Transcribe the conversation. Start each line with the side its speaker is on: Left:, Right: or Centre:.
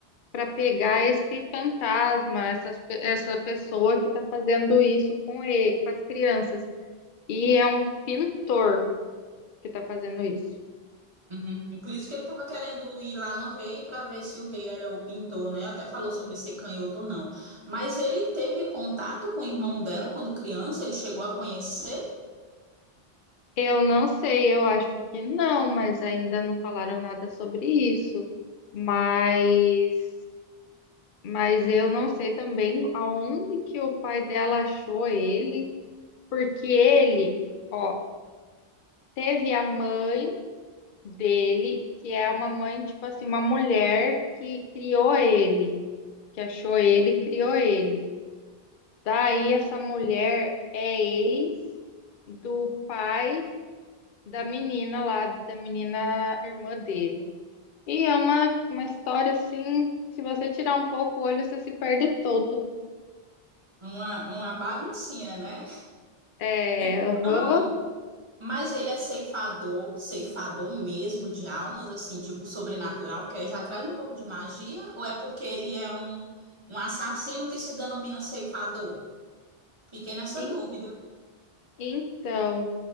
Left: para pegar esse fantasma, essas, pe- essa pessoa que está fazendo isso com ele, com as crianças. E é um pintor que está fazendo isso.
Right: Uhum. Por isso que ele tava querendo ir lá no rei para ver se o rei era o pintor, né? Até falou sobre ser canhoto ou não. Mas ele teve contato com o irmão dela quando criança, ele chegou a conhecer
Left: Eu não sei, eu acho que não, mas ainda não falaram nada sobre isso. Mas, mas eu não sei também aonde que o pai dela achou ele, porque ele, ó, teve a mãe dele, que é uma mãe, tipo assim, uma mulher que criou ele. que achou ele, e criou ele. Daí essa mulher é ex do pai da menina lá, da menina irmã dele. E é uma, uma história assim, se você tirar um pouco o olho, você se perde todo.
Right: uma, uma baguncinha, né?
Left: É,
Right: Então,
Left: aham.
Right: mas ele é ceifador, ceifador mesmo de almas, assim, tipo sobrenatural, porque aí já traz um pouco de magia, ou é porque ele é um, um assassino que se denomina ceifador? Fiquei nessa
Left: En-
Right: dúvida.
Left: Então,